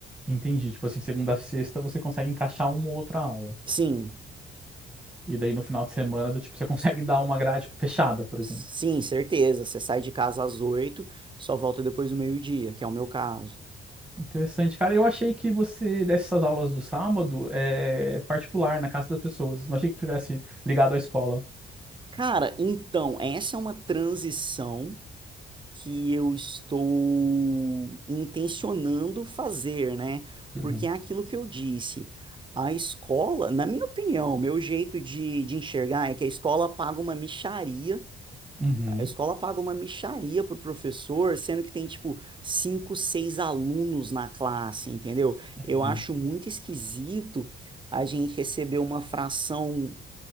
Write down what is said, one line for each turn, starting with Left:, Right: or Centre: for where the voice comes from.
Centre: Entendi. Tipo assim, segunda a sexta você consegue encaixar uma ou outra aula.
Right: Sim,
Centre: E daí no final de semana, do tipo, você <laughs> consegue dar uma grade tipo, fechada, por
Right: sim,
Centre: exemplo.
Right: certeza. Você sai de casa às oito, só volta depois do meio-dia, que é o meu caso.
Centre: Interessante, cara. Eu achei que você desse essas aulas do sábado é particular na casa das pessoas. Não achei que tivesse ligado à escola.
Right: Cara, então, essa é uma transição que eu estou intencionando fazer, né?
Centre: Uhum,
Right: Porque é aquilo que eu disse. A escola, na minha opinião, meu jeito de, de enxergar é que a escola paga uma mixaria.
Centre: uhum,
Right: A escola paga uma mixaria pro professor, sendo que tem, tipo, cinco, seis alunos na classe, entendeu?
Centre: uhum.
Right: Eu acho muito esquisito a gente receber uma fração